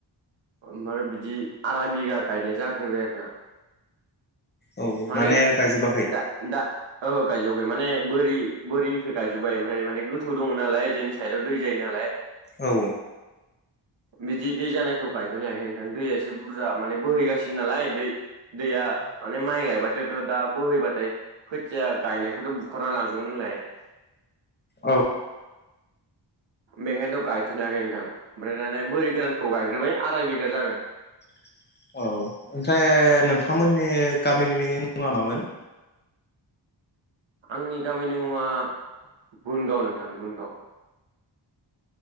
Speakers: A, on the right; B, on the left.
A: ओमफ्राय बिदि आराय बिघा गायनाय जाग्रोबाय आरोना
B: औ
A: माने
B: गायजोबाखै
A: दा दा गायजखों माने बोरि बोरिनिखौ गायजोबबाय ओमफ्राय माने गोथौ दङ नालाय जोंनि साइदआव दै जायो नालाय
B: औ
A: बिदि दै जानोा ख खााय <unintelligible> नोंथां दैया एसे बुरजा माने बोहैगासिनो नालाय दै दैया म माइ गायबाथायथ दा बोहैबाथाय खोथिया गायनायखौथ' बुखारना लां जुनलाय
B: औ
A: बेंखायनोथ' गायथ'नो हायाखै नोंथां ओमफ्राय दाने बोरै गोरानखौ गायग्रोबाय आराय बिघा जागोन
B: <inaudible> औ ओमफ्राय नोंथांमोननि गामिनि मुङा मामोन?
A: आंनि गामिनि मुङा बुनगाव नोंथां बुनगाव